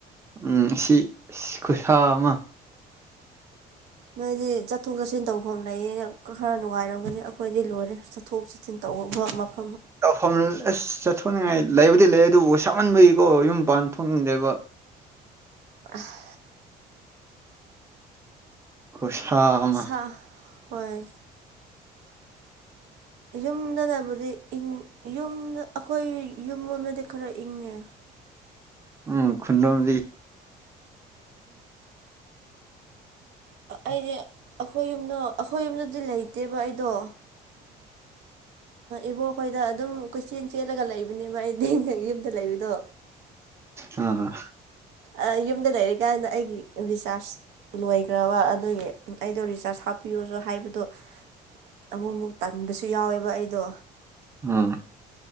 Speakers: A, on the right; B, on the right.
A: ꯎꯝ ꯁꯤ ꯈꯨꯁꯥ ꯑꯃ
B: ꯅꯣꯏꯗꯤ ꯆꯠꯊꯣꯛ ꯆꯠꯁꯤꯟ ꯇꯧꯐꯝ ꯂꯩꯌꯦꯅ ꯈꯔ ꯅꯨꯡꯉꯥꯏꯔꯝꯒꯅꯤ ꯑꯩꯈꯣꯏꯗꯤ ꯂꯣꯏꯔꯦ ꯆꯠꯊꯣꯛ ꯆꯤꯟ ꯇꯧꯕ ꯃꯐꯝ
A: ꯇꯧꯐꯝ ꯑꯁ ꯆꯠꯊꯣꯛꯅꯤꯡꯉꯥꯏ ꯂꯩꯕꯨꯗꯤ ꯂꯩ ꯑꯗꯨꯕꯨ ꯁꯥꯃꯟꯕꯒꯤꯀꯣ ꯌꯨꯝ ꯄꯥꯟ ꯊ‌ꯣꯛꯅꯤꯡꯗ‌ꯦꯕ
B: ꯑꯁ
A: ꯈꯨꯁꯥ ꯑꯃ
B: ꯁꯥ ꯍꯣꯏ ꯌꯨꯝꯗꯅꯕꯨꯗꯤ ꯏꯪ ꯌꯨꯝꯗ ꯑꯩꯈꯣꯏ ꯌꯨꯝꯔꯣꯝꯗꯗꯤ ꯈꯔ ꯏꯪꯉꯦ
A: ꯎꯝ ꯈꯨꯨꯟꯂ‌ꯣꯝꯗꯤ
B: ꯑꯩꯗꯤ ꯑꯩꯈꯣꯏ ꯌꯨꯝꯗ ꯑꯩꯈꯣꯏ ꯌꯨꯝꯗꯗꯤ ꯂꯩꯇꯦꯕ ꯑꯩꯗꯣ ꯏꯕꯣꯛꯈꯣꯏꯗ ꯑꯗꯨꯝ ꯀꯣꯏꯆꯦꯟ ꯆꯦꯜꯂꯒ ꯂꯩꯕꯅꯦꯕ ꯑꯩꯗꯤ ꯌꯨꯝ ꯑꯗ ꯂꯩꯕꯗꯣ
A: ꯑ
B: ꯑ ꯌꯨꯝꯗ ꯂꯩꯔꯤꯀꯥꯟꯗ ꯑꯩꯒꯤ ꯔꯤꯆꯥꯔꯖ ꯂꯣꯏꯈ꯭ꯔꯕ ꯑꯗꯨꯒꯤ ꯑꯩꯗꯣ ꯔꯤꯆꯥꯔꯖ ꯍꯥꯞꯄꯤꯌꯣꯁꯨ ꯍꯥꯏꯕꯗꯣ ꯑꯃꯨꯛꯃꯨꯛ ꯇꯟꯕꯁꯨ ꯌꯥꯎꯋꯦꯕ ꯑꯩꯗꯣ
A: ꯎꯝ